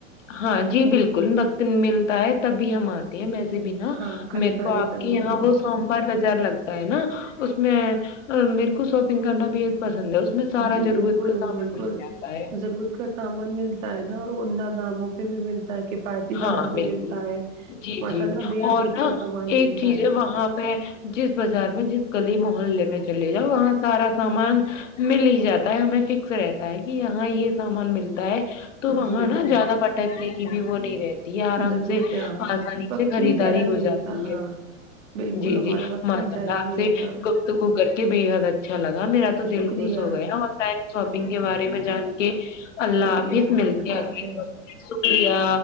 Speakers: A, on the left; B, on the right.
A: ہاں جی بالکل وقت ملتا ہے تبھی ہم آتے ویسے بھی نا
B: ہاں خریداری
A: میرے کو آپ
B: کرنے
A: کے یہاں
B: لیے
A: وہ سوموار بازار لگتا ہے نا اس میں میرے کو شاپنگ کرنا بے حد پسند ہے اس میں سارا
B: جی
A: ضرورت
B: بالکل
A: کا سامان
B: بالکل
A: مل جاتا ہے
B: ضرورت کا سامان ملتا ہے نا اور عمدہ داموں پہ بھی ملتا کفایتی
A: ہاں
B: داموں پہ
A: بالکل
B: ملتا ہے
A: جی
B: ماشاء
A: جی
B: اللہ بےحد
A: اور
B: ہی اچھا
A: نا
B: سامان ملتا
A: ایک چیز
B: ہے
A: وہاں پہ جس بازار میں جس گلی محلے میں چلے جؤ وہاں سارا سامان مل ہی جاتا ہے ہمیں فکس رہتا ہے کہ یہاں یہ سامان ملتا ہے تو وہاں
B: جی
A: نا
B: جی
A: زیادہ بھٹکنے کی بھی وہ نہیں آرام
B: ضرورت
A: سے
B: ہے ہاں
A: آسانی
B: وقت
A: سے خریداری
B: بھی ضائع نہیں
A: ہو
B: ہوتا
A: جاتی
B: ہاں
A: ہے
B: بالکل
A: جی
B: ہمارا
A: جی
B: وقت
A: ماشاء
B: بھی ضائع
A: اللہ
B: نہیں
A: آپ سے
B: ہوتا
A: گفتگو کر کے بے حد اچھا لگا میرا تو
B: شکریہ
A: دل خوش ہو گیا آن لائن شاپنگ کے بارے میں جان کے اللہ
B: شکریہ
A: حافظ ملتے
B: اللہ
A: اگلی
B: حافظ
A: کال پے شکریہ